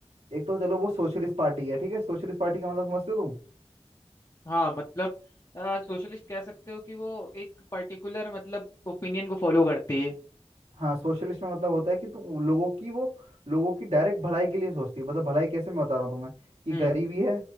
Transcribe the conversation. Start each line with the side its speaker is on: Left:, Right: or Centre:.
Right: एक तो चलो वो सोशलिस्ट पार्टी है ठीक है सोशलिस्ट पार्टी का मतलब समझते हो
Left: हाँ मतलब सोशलिस्ट कह सकते हो कि वो एक पर्टिकुलर मतलब ओपिनियन को फॉलो करती है
Right: हाँ सोशलिस्ट में मतलब होता है कि तुम लोगों की वो लोगों की डायरेक्ट भलाई के लिए सोचती है मतलब भलाई कैसे मैं बता रहा हूँ तुम्हें कि
Left: हम्म
Right: गरीबी है